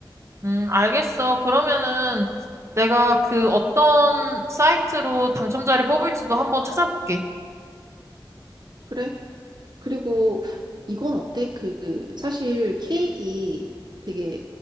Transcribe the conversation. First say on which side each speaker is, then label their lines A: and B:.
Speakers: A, on the right; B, on the right.
A: 음, 알겠어. 그러면은 내가 그 어떤 사이트로 당첨자를 뽑을지도 한번 찾아볼게.
B: 그래? 그리고 이건 어때? 그, 사실 케이크 되게